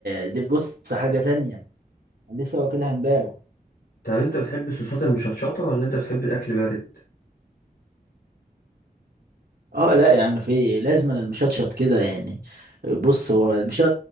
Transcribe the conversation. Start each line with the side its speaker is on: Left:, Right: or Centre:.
Right: دي بص حاجه تانية انا لسه واكلها امبارح
Left: طب انت بتحب الصوصات المشطشطه ولا انت بتحب الاكل بارد
Right: اه لا يا عم في إيه؟ لازم أنا المشطشط كده يعني بص هو المش...